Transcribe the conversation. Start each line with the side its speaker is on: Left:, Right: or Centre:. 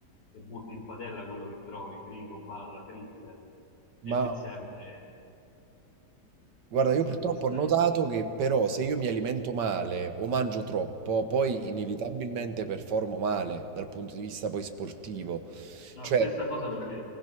Left: e butti in padella quello che trovi, frigo, barra, freezer,
Right: Ma
Left: e non sempre,
Right: Guarda,
Left: non
Right: io
Left: sempre
Right: purtroppo
Left: stai.
Right: ho notato che però se io mi alimento male o mangio troppo, poi inevitabilmente performo male dal punto di vista poi sportivo.
Left: La
Right: Cioè,
Left: stessa cosa per me,